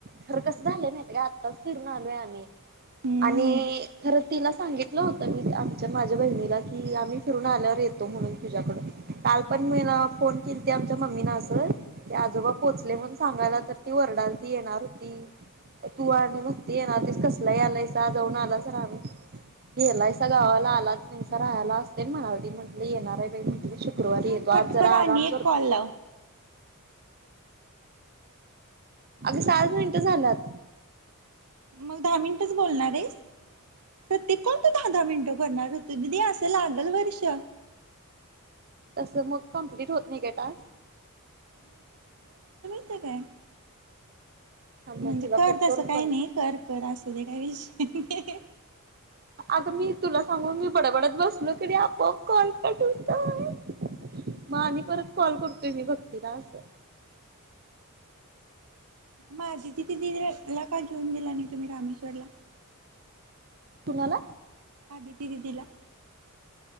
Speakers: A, on the right (about 45°); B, on the right (about 75°).
A: खरं कसं झालंय माहित का आत्ताच फिरून आलोय आम्ही.
B: हम्म
A: आणि खरं तिला सांगित होत मी आमच्या माझ्या बहिणीला की आम्ही फिरून आल्यावर येतो म्हणून तुझ्याकड काल पण अ फोन केलती आमच्या मम्मी न अस ते आजोबा पोहचले म्हणून सांगायला तर ती वरडालती येणार होती. तू आणि भक्ती येनार होतीस कसल यालायस जाऊन आलासा <unintelligible> गेलायसा गावाला आलाच नाही राहायला अस तेन म्हणाल ती म्हंटले येणार आहे बा म्हटलं शुक्रवा शुक्रवारी
B: थांब
A: येतो आज
B: कट
A: जरा
B: कर आणि
A: आराम करतो.
B: एक कॉल लाव
A: अ सहाच मिनिटं झाल्यात.
B: मग दहा मिनिटच बोलणार आहेस प्रत्येक कॉल तू दहा दहा मिनिट भरणार ऋतु दिदी असं लागल वर्ष.
A: तसं मग कंमप्लीट होत नाही का टास्क?
B: माहिते काय?
A: थांब
B: म्हणजे
A: मग तुला
B: कर
A: कट
B: तसं
A: करून
B: काही
A: पण
B: नाही कर कर असू दे त काय विषय नाय.
A: अग मी तुला सांगून मी बडबडत बसलो कणी आपोआप कॉल कट होतोय म आणि परत कॉल करतोय मी भक्तीला अस. <inaudible>
B: माझी दिदी ला का घेऊन गेला नाही तुम्ही रामेश्वरला.
A: कुणाला.
B: अदीती दिदीला.